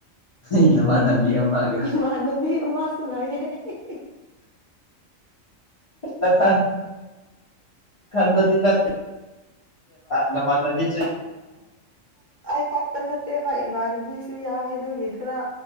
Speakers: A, on the left; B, on the right.
A: ꯑꯩ ꯅꯃꯥꯟꯅꯕꯤ ꯑꯃꯒ
B: ꯃꯅꯨꯕꯤ ꯃꯥ ꯁꯅꯥꯏꯌꯦ <inaudible>
A: ꯅꯊ ꯈꯟꯗꯤ ꯅ ꯅ ꯃꯥꯟꯅꯕꯤ
B: ꯑꯣ ꯀꯇꯅ ꯏ ꯍꯣꯏ ꯏꯃꯥꯟꯅꯕꯤꯁꯨ ꯌꯥꯎꯋꯦ ꯑꯗꯨꯒꯤ ꯈꯔ